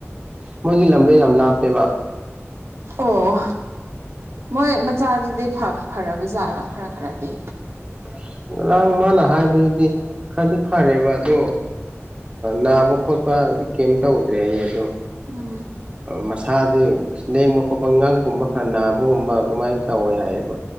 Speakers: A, on the right; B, on the right.
A: ꯃꯣꯏꯒꯤ ꯂꯝꯗꯣ ꯌꯥꯝ ꯂꯥꯞꯄꯦꯕ
B: ꯑꯣ ꯃꯣꯏ ꯃꯆꯥꯗꯨꯗꯤ ꯐꯈ ꯐꯔꯕꯖꯥꯠꯂꯣ ꯈꯔ ꯈꯔꯗꯤ
A: ꯑꯁ ꯉꯔꯥꯡ ꯃꯥꯅ ꯍꯥꯏꯕꯗꯨꯗꯤ ꯈꯔꯗꯤ ꯐꯔꯦꯕ ꯑꯗꯣ ꯅꯥꯕ ꯈꯣꯠꯄ ꯍꯧꯖꯤꯛ ꯀꯩꯝ ꯇꯧꯗ꯭ꯔꯦ ꯑꯩ ꯑꯗꯣ
B: ꯎꯝ
A: ꯃꯥ ꯁꯥꯁꯦ ꯂꯦꯡꯕ ꯈꯣꯠꯄ ꯉꯪꯒꯨꯝꯕ ꯈꯔ ꯅꯥꯕꯒꯨꯝꯕ ꯑꯗꯨꯃꯥꯏꯅ ꯇꯧꯋꯦ ꯍꯥꯏꯌꯦꯕ